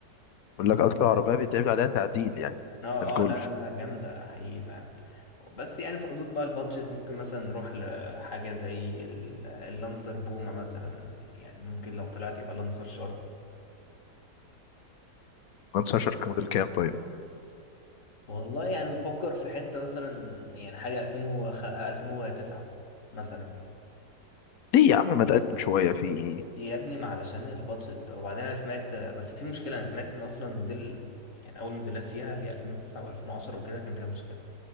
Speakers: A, on the left; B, on the left.
A: بقول لك أكتر عربية بيتعمل عليها تعديل يعني
B: اه
A: الجولف
B: اه لا لا لا جامدة حقيقي فعلا بس يعني في حدود بقى البادجت ممكن مثلا نروح لحاجة زي ال- اللانسر بومة مثلا يعني ممكن لو طلعت يبقى لانسر شارك
A: 15 موديل كام طيب
B: والله يعني مفكر في حتة مثلا يعني حاجة 2005 2009 مثلا يعني
A: ليه يا عم ما تقدم شوية في
B: يا ابني ما علشان البادجت وبعدين انا سمعت بس في مشكلة انا سمعت ان اصلا موديل يعني اول موديلات فيها اللي هي 2009 و2010 وكده كان فيها مشكلة